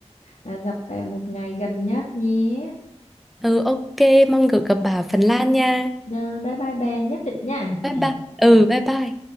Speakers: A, on the left (about 80°); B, in the centre.
A: à, gặp bà một ngày gần nhất nhé.
B: Ừ ok, mong được gặp bà ở Phần Lan nha.
A: Rồi, Bye bye bà nhất định nha.
B: Bye
A: Ừ.
B: bye. Ừ bye bye.